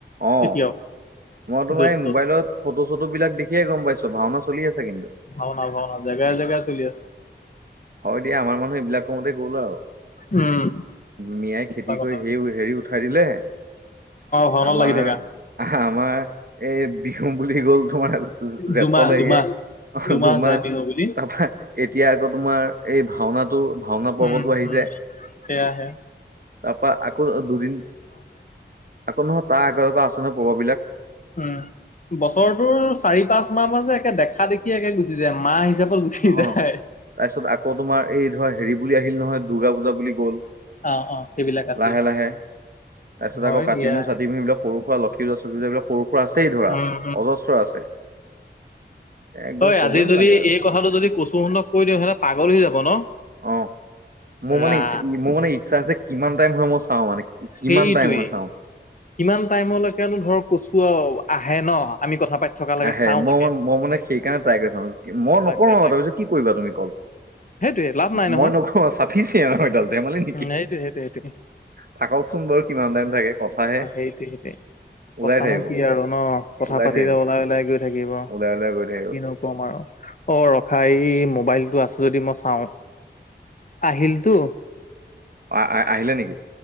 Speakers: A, on the right; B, on the left.
A: অ
B: এতিয়াও
A: মই তোমাৰ
B: য'ত
A: এই
B: ত'ত।
A: মোবাইলত ফটো চটো বিলাক দেখিয়ে গম পাইছো ভাওনা চলি আছে। কিন্তু
B: ভাওনা ভাওনা জেগাই জেগাই চলি আছে।
A: হয় দিয়া আমাৰ মানুহ এইবিলাক কৰুতেই গ'ল আৰু
B: উম।
A: মিয়াই
B: সঁচা
A: খেতি
B: কথা
A: কৰি সেই হেৰি উঠাই দিলে।
B: ভাওনাত
A: আমাৰ
B: লাগি থাকা
A: আমাৰ এই বিহু বুলি গ'ল। তোআ জে জে জেঠ
B: দুমাহ
A: অ লগে
B: দুমাহ
A: অ দুমাহ
B: যায় বিহু বুলি।
A: তাপা এতিয়া আকৌ তোমাৰ এই ভাওনাটো ভাওনা পৰ্বতো
B: উম
A: আহিছে
B: উম সেয়া স আহ
A: তাৰপা আকৌ দুদিন আকৌ নহয় তাৰ এঘাৰকা আছে ন পভ বিলাক
B: উম। বছৰটোৰ চাৰি পাঁচ মাহ মাহ যে একে দেখা দেখি একে গুচি যায় মাহ হিচাপত গুচি
A: অ
B: যায়।
A: তাৰপিছত আকৌ তোমাৰ এই ধৰা হেৰি বুলি আহিল নহয়। দুৰ্গা পূজা বুলি গ'ল
B: অ অ সেইবিলাক আছেই
A: লাহে লাহে তাৰ পিছত
B: হয়
A: আকৌ কাতি
B: দিয়া।
A: বিহু চাতি বিহু বিলাক সৰু সুৰা লঠী <unintelligible> সৰু আছেই ধৰা
B: উম
A: অজস্ৰ আছে একদম
B: হয়
A: কবই
B: আজি
A: নালাগে
B: যদি
A: আৰু
B: এই কথাটো যদি কচু হুন্দক কৈ দিওঁ সিহলে পাগল হৈ যাব ন
A: অ মোৰ মানে
B: ৰাম
A: ই মোৰ মানে ইচ্ছা আছে কিমান টাইম হৈ মই চাও মানে কিমান
B: সেইটোৱেই
A: টাইম হয় চাওঁ।
B: কিমান টাইমলৈকেনো ধৰ কচু আহে ন আমি কথা পাতি থকালৈকে
A: আহে
B: চাওঁ
A: মই
B: তাকে।
A: মই মানে সেইকাৰণে ট্ৰাই কৰি চা মই
B: তাকে
A: নকৰো আৰু
B: তাকে
A: তাৰপিছত কি কৰিবা তুমি কল
B: সেইটোয়ে লাভ নাই নহয়
A: মই নখো চাফিচিয়ে এডাল ধেমালি নেকি
B: উম সেইটোয়ে সেইটোয়ে সেইটোয়ে
A: থাককচোন বাৰু কিমান টাইম থাকে কথাহে।
B: সেইটোৱে সেইটোৱে
A: ওলাই
B: কথানো
A: থাকিব
B: কি আৰু ন কথা
A: ওলাই
B: পাতি
A: থাকিব
B: যাব লাগে ওলাই ওলাই গৈ থাকিব
A: ওলাই ওলাই গৈ থাকিব
B: কিনো কম আৰু অ ৰখা এই মো মোবাইলটো আছে যদি মই চাওঁ আহিলতো
A: অ আহ আহিলে নেকি?